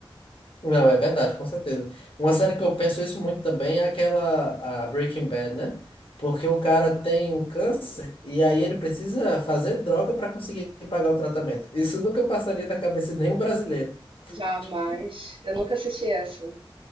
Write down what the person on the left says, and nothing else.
Não, é verdade, com certeza. Uma série que eu penso isso muito também é aquela a Breaking Bad, né? Porque o cara tem um câncer e aí ele precisa fazer droga para conseguir pagar o tratamento. Isso nunca passaria da cabeça de nenhum brasileiro.
Tipo,